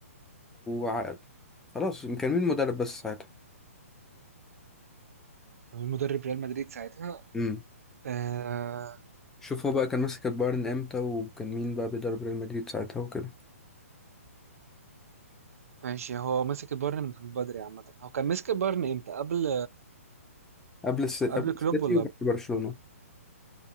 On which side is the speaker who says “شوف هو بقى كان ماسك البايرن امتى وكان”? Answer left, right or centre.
Centre